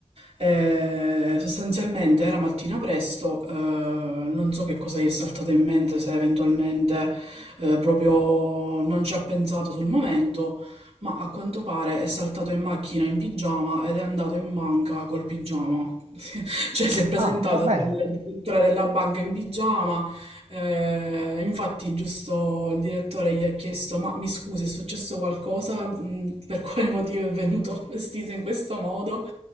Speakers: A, on the right; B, on the right.
A: Eh, sostanzialmente era mattina presto, eh, non so che cosa gli è saltato in mente, se eventualmente eh, proprio non ci ha pensato sul momento, ma a quanto pare è saltato in macchina in pigiama ed è andato in banca col pigiama. <laughs> Cioè si è presentato
B: Ah, va bene.
A: il direttore della banca in pigiama eh, infatti, giusto il direttore gli ha chiesto: Ma mi scusi, è successo qualcosa? Mm, Per quale motivo è venuto <laughs> vestito in questo modo?